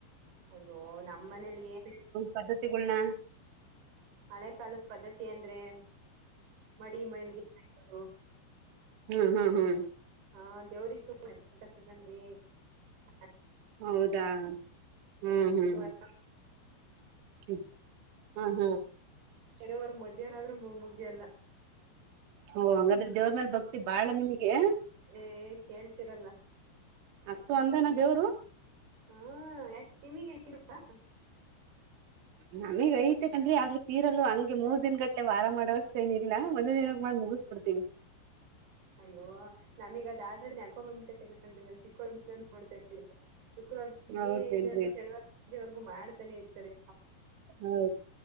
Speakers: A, on the right (about 70°); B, on the right (about 85°).
A: ಅಯ್ಯೋ ನಮ್ಮ್ ಮನೇಲಿ ಏನ್
B: ಪದ್ಧತಿಗಳನ್ನ
A: ಹಳೆ ಕಾಲದ ಪದ್ದತಿ ಎನ್. ದ್ರೆಂ ಮಡಿ ಮೈಲ್ಗೆ <unintelligible>
B: ಹ್ಮ - ಹ್ಮ ಹ್ಮ್
A: ಹಾ ದೇವ್ರಗ್ ತುಂಬಂತ ಕಕೊಂಡ್ರಿ <unintelligible>
B: ಹೌದಾ ಹ್ಮ್
A: ಶುಕ್ರವಾರ
B: ಹ್ಮ್. ಹ್ಮ್ ಹ್ಮ್.
A: ಶನಿವಾರ್ ಮಧ್ಯಾಹ್ನ ಆದ್ರು ಮುಗ್ಯಲ್ಲ.
B: ಓ ಹಂಗಾದ್ರೆ ದೇವ್ರ್ ಮೇಲ್ ಭಕ್ತಿ ಬಾಳ ನಿಮ್ಗೆ.
A: ಏ ಕೇಳ್ತೀರಲ್ಲ.
B: ಅಸ್ತು ಅಂದನ ದೇವ್ರು.
A: ಹಾ ಯಾಕ್ ನಿಮ್ಗ್. <unintelligible>
B: ನಮಿಗ್ ಐತೆ ಕನ್ರಿ ಆದ್ರೂ ತೀರಲ್ಲ ಹಂಗೆ ಮೂರ್ ದಿನ್ ಗಟ್ಲೆ ವಾರ ಮಾಡೋವಷ್ಟ ಏನಿಲ್ಲ ಒಂದೆ ದಿನಕ್ ಮಾಡ್ ಮುಗುಸ್ಬುಡ್ತೀವಿ.
A: ಅಯ್ಯೋ ನಮೀಗ್ ಅದ್ ಆಲ್ರೆಡಿ ನಡ್ಕೊಬಂಡ್ಬುಟ್ ಆಯ್ತೆ ಕಣ್ರೀ ನನ್ ಚಿಕ್ಕೊಳಿ <unintelligible> ಶುಕ್ರವಾರ್ ಬೆಳೆಗ್ಗೆ
B: ಹೌದೇನ್ರಿ
A: ಇಂದ ಹಿಡ್ದು ಶಿನಿವಾರ ಸಂಜೆವರ್ಗೂ ಮಾಡ್ ತಾನೆ ಇರ್ತರೆ.
B: ಏ